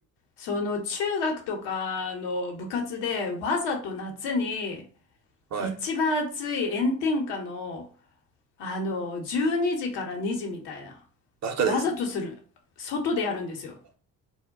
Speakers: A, on the left (about 70°); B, on the right (about 40°).
A: その中学とかの部活でわざと夏に
B: はい、
A: 一番暑い炎天下のあの12時から2時みたいな
B: バカですね。
A: わざとする外でやるんですよ。